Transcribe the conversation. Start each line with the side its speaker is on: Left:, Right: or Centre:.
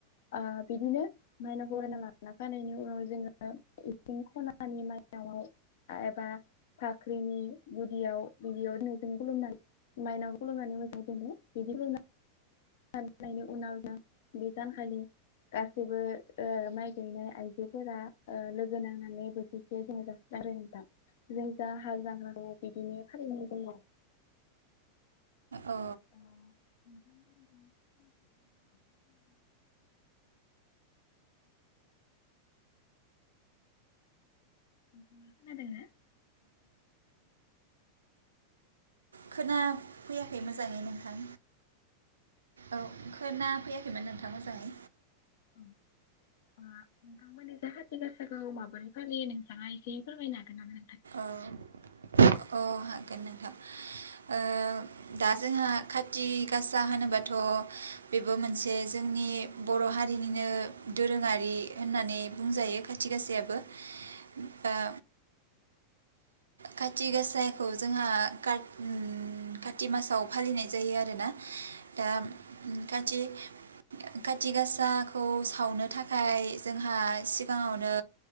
Left: ओ बिदिनो मायनाव बरायना लाना फानायनि उ ओ जोङो इसिं खनानि माइनावाव एबा फाख्रिनि गुदियाव बिदियाव ननोजों खुलुमनानै माइनाव खुलुमनानै मोजां दोनो बिदि <inaudible> नायनि उनाव जों बे दानखालि गासैबो ओ माइ गायनाय आइजोफोरा ओ लोगो नांनानै बोथिसे जोङो जासिला बिदिनो फालिनाय जायो
Right: औ
Left: अ खोनादों ना
Right: खोना फैयाखै मोजाङै नोंथां औ खोना फैयाखैमोन नोंथां मोजाङै
Left: ओं नोंथांमोननि जा खाथि गासाखौ माबोरै फालियो नोंथाङा एसे फोरमायनो हागोन नामा नों
Right: औ अ हागोन नोंथां ओ दा जोंहा खाथि गासा होनोबाथ' बेबो मोनसे जोंनि बर' हारिनिनो दोरोङारि होननानै बुंजायो खाथि गाासायाबो दा खाथि गासाखौ जोंहा कात काति मासाव फालिनाय जायो आरोना दा खाथि खाथि गासाखौ सावनो थाखाय जोंहा सिगाङावनो